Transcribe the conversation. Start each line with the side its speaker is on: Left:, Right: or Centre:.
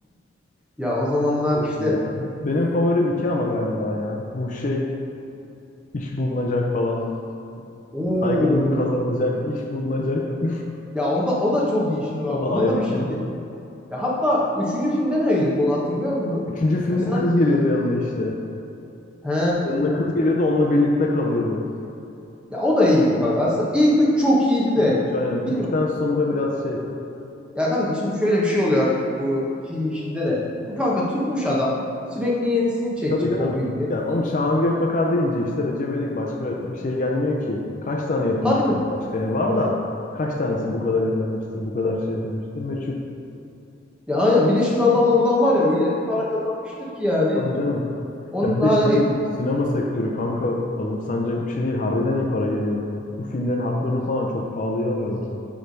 Centre: Ya o zamanlar
Left: Çok
Centre: işte
Left: iyi ya. Benim favorim iki ama galiba ya. Bu şey İş bulunacak falan.
Centre: ooo.
Left: Saygınlık kazanılacak, iş bulunacak. <laughs>
Centre: Ya o da o da çok iyi şimdi bak
Left: O da
Centre: ona
Left: ayrı,
Centre: da bir
Left: aynen.
Centre: şey. Ya hatta üçüncü filmde neydi konu hatırlıyor musun?
Left: Üçüncü filmde
Centre: Ya sanki
Left: kız geliyordu yanına işte.
Centre: he
Left: Yanına kız geliyordu, onunla birlikte kalıyordu.
Centre: Ya o da iyiydi bak. Aslında ilk üç çok iyiydi
Left: İlk
Centre: de.
Left: üç aynen.
Centre: Bilmiyorum.
Left: Üçten sonra biraz şey.
Centre: Ya kanka şimdi şöyle bir şey oluyor artık bu film işinde de. Bu kanka tutmuş adam. Sürekli yenisini çekecek
Left: Tabii canım.
Centre: o filmin.
Left: Ya oğlum Şahan Gökbakar deyince işte Recep İvedik başka bir şey gelmiyor ki. Kaç tane yapım
Centre: Aynen.
Left: var başka ya? Var da kaç tanesi bu kadar izlenmiştir, bu kadar şey yapılmıştır? Meçhul.
Centre: Ya aynen. Bir de şimdi adam oradan var ya öyle bir para kazanmıştır ki yani.
Left: Tabii canım.
Centre: Onun
Left: Ya bir
Centre: hani
Left: de şey
Centre: ek...
Left: sinema sektörü kanka alımsanacak bir şey değil. Harbiden iyi para geliyor. Bu filmlerin haklarını falan çok pahalıya alıyorlar.